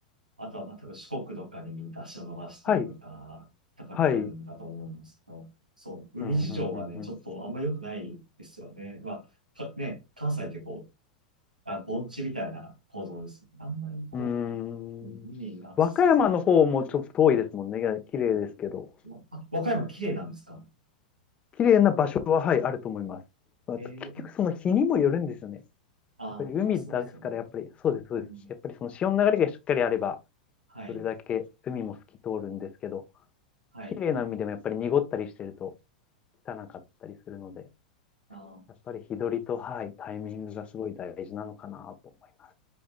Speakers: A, on the right; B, on the left.
A: あとは、まあ、多分四国とかに足を伸ばしたりとか、
B: はい。
A: とかになるんだと思うんですけど、
B: はい。うん、
A: そう、海事情はね、
B: うん、う
A: ちょっとあんま良くないですよね。
B: ん、
A: まあ、かね、関西ってこう、あ、盆地みたいな構造です。あんまりこ
B: うん。
A: う、うん海にアクセス。
B: うーん。和歌山の方もちょっと遠いですもんね。綺麗ですけど。
A: まあ、和歌山綺麗なんですか
B: 綺麗な場所は、はい、あると思います。まあ結局、
A: ええ
B: その日にもよるんですよね。
A: あ、
B: やっぱり海ですから、
A: まあそうですよね。
B: やっぱり、そうです、そうです。
A: うん、
B: やっぱりその潮の流れがしっかりあれば、
A: はい、
B: それだけ海も透き通るんですけど、
A: はい。
B: 綺麗な海でもやっぱり濁ったりしてると汚かったりするので。
A: あ、
B: やっぱり日取りと、はい、タイミングがすごい大事なのかなと思います。